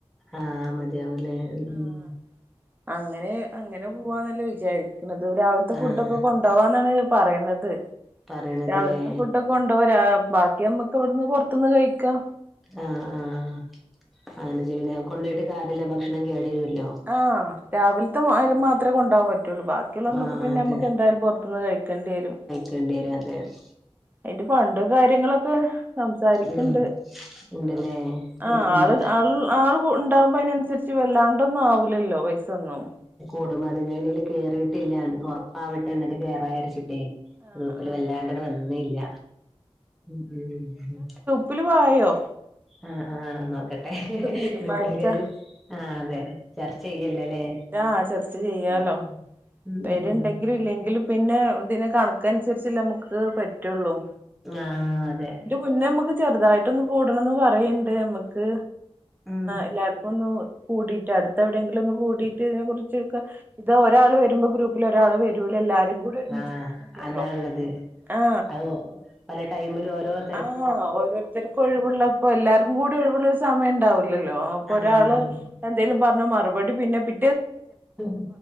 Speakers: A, in the centre; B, on the right (about 15°).
A: ആഹ
B: ആഹ്
A: മതിയാവുലേ മ്
B: ആഹ് അങ്ങനെ അങ്ങനെ പോവന്നല്ലെ വിചാരിക്ക്ണത് രാവില്ത്തെ ഫുഡ്
A: ആഹ്
B: ഒക്കെ കൊണ്ട് <unintelligible> പറയ്ന്നത്
A: പറയണതിലേ
B: രാവിലത്തെ ഫുഡ് കൊണ്ടെവരാ ബാക്കി നമ്മക്ക് എവ്ട്ന്ന് പെറ്ത്ത്ന്ന് കഴിക്കാം
A: ആഹ് ആഹ് അങ്ങനെ ജെയുംലെ കൊണ്ടയിട്ട് കാരിയല്ല ഭക്ഷണം കേടരെല്ലോ
B: ആഹ രാവിലത്തെ അയിൻ മാത്രമേ കൊണ്ടെവാൻ പറ്റുള്ളൂ ബാക്ക ബക്കിലൊന്നൊക്ക്
A: ആഹ്
B: പിന്നെനമ്ക്ക്
A: അതെ
B: എന്തായാലും പുറ്ത്ത്ന്ന് കഴിക്കേട്യരും
A: <unintelligible>
B: അതിൻ്റപണ്ട് കാര്യങ്ങളൊക്കെ സംസാരിക്ക്ണ്ട്
A: ഉം ഉണ്ടല്ലേ
B: അപ്പൊ ആ
A: ഉം ഉം
B: ആള് ആൾ ആൾ കുഇണ്ടാവുമ്പോ അതിനനുസരിച്ച് വല്ലാണ്ടന്നും ആവുല്ലല്ലോ പൈസൊന്നും
A: ഒട്മലന്നണിയിൽ കേറിയിട്ടില്ലഞ ഉറപ്പാവട്ടെ എന്നിട്ട് കേറയ്ച്ച ടി
B: ആഹ്
A: ഗ്രൂപ്പിൽ
B: ആഹ്
A: വല്ലാണ്ട്ന്ന് വന്നില്ല മ് മ്
B: ഗ്രൂപ്പിൽവായോ
A: ആ ആഹ് നോക്കട്ടെ
B: തീരുമാനിക്കാ
A: ഗ്രുപ്പിൽആ അതെ ചർച്ച ചെയ്യല്ലല്ലേ
B: ആചർച്ച ചെയ്യാലോ
A: ഉം ഉം
B: പേരുണ്ടെങ്കിലും
A: ഉം
B: ഇല്ലെങ്കിലും പിന്നെ ഇതിനെ കണക്ക് അന്സരിച്ച് അല്ലെ നമുക്ക് പറ്റുള്ളൂ
A: ആഹ അതെ
B: ഒന്ന് നമ്മുക്ക് ചെറുതായിട്ടൊന്ന് കൂടണംന്ന് പറയണ്ട് നമക്ക്
A: ഉം
B: എല്ലാക്കു ഒന്ന് കൂടിയിട്ട് അടുത്ത് എവിടെങ്കിലും ഒന്ന് കൂടിട്ട് തിനെ കുറിച്ച്ക്കെ ഇത് ഒരാൾ വരുമ്പോ ഗ്രൂപ്പ് ഗ്രൂപ്പ് ഒരാള് വരൂല എല്ലാരും കൂടി ഒരുമിച്ച്
A: ആഹ്
B: കിട്ട്ണ്ണ്ണ്ടോ
A: അതാള്ളത്
B: ആ
A: അത് പല ടൈമിൽ ഓരോര്
B: ആഹ് ഓരോരുത്തർക്ക്ഒഴിവ്ള്ള അപ്പൊ എല്ലാർക്കും കൂടി ഒയിവുള്ള ഒരു സമയം ഉണ്ടാവുല്ലല്ലോ അപ്പൊ
A: ആഹ്
B: ഒരാള് എന്തേലു പറഞ്ഞ മറുപടി പിന്നെ പി
A: ഹ്